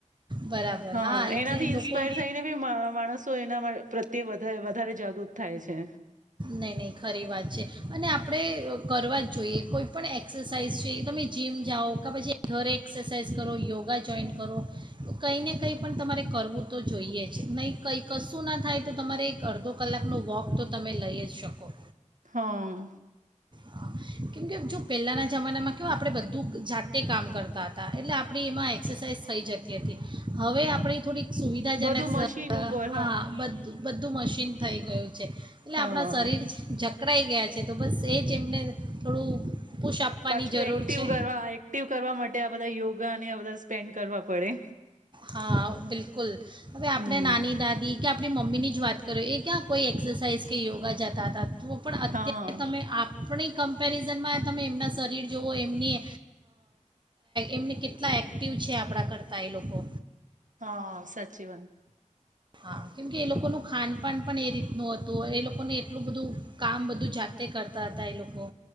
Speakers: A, on the right; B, on the right.
A: બરાબર
B: હા
A: એટલે
B: એનાથી
A: લોકો
B: ઇન્સ્પાયર થઈને બી માણસો એના માં પ્રત્યે વધારે વધારે જાગૃત થાય છે.
A: નહીં નહીં ખરી વાત છે અને આપણે કરવા જ જોઈએ કોઈ પણ એક્સરસાઇઝ છે. તમે જીમ જાઓ, કા પછી ઘરે એક્સરસાઇઝ કરો, યોગા જોઈન કરો કંઈ ને કંઈ પણ તમારે કરવું તો જોઈએ જ નહીં કંઈ કશું ના થાય તો તમારે એક અડધો કલાકનો વોક તો તમે લઈ જ શકો.
B: હા
A: હા કેમકે જો પહેલાંના જમાનામાં કેવ આપણે બધું જાતે કામ કરતા હતા એટલે આપણી એમાં એક્સરસાઇઝ થઈ જતી હતી હવે આપણે થોડીક સુવિધાજનક
B: બધું મશીન ઉપર
A: હા બધું બધું મશીન થઈ ગયું છે એટલે
B: હા
A: આપણાં શરીર જક પકડાઈ ગયા છે તો બસ એ જ એમને થોડું પુશ આપવાની
B: પાછું
A: જરૂર
B: એક્ટિવ
A: છે
B: કરવા એક્ટિવ કરવા માટે આ બધા યોગાને બધા સ્પેન્ડ કરવા પડે.
A: હા બિલકુલ હવે આપણે
B: હમમ
A: નાની દાદી કે આપણી મમ્મીની જ વાત કરયે એ ક્યાં કોઈ એક્સરસાઇઝ કે યોગા જતા હતા. તો પણ અત્યારે
B: હા
A: તમે આપણી કમ્પેરિઝનમાં તમે એમના શરીર જોઓ એમની એમને કેટલા એક્ટિવ છે આપણા કરતાં એ લોકો
B: હા સાચી વાત.
A: હા કેમ કે એ લોકોનું ખાનપાન પણ એ રીતનું હતું. એ લોકોને એટલું બધું કામ બધું જાતે કરતા હતા એ લોકો